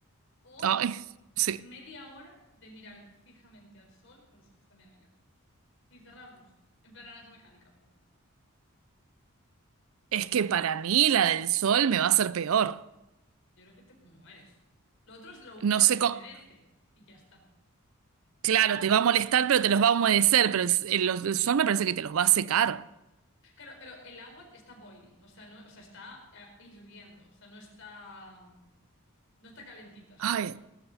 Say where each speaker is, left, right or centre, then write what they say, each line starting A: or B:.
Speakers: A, on the left; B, on the right.
A: o
B: Ay, sí.
A: media hora de mirar fijamente al sol con los ojos también abiertos, sin cerrarlos, en plan naranja mecánica también.
B: Es que para mí la del sol me va a hacer peor.
A: Yo creo que te mueres, ¿no? Lo otro es lo-
B: No
A: te
B: sé
A: los
B: cómo.
A: humedece y ya está.
B: Claro,
A: A lo mejor
B: te
A: se-
B: va a molestar, pero te los va a humedecer. Pero el, el- los- el sol me parece que te los va a secar.
A: Claro, pero el agua está boiling, o sea, no, o sea, está eh, hirviendo, o sea, no está, no está calentita solo,
B: Ay,
A: ¿eh?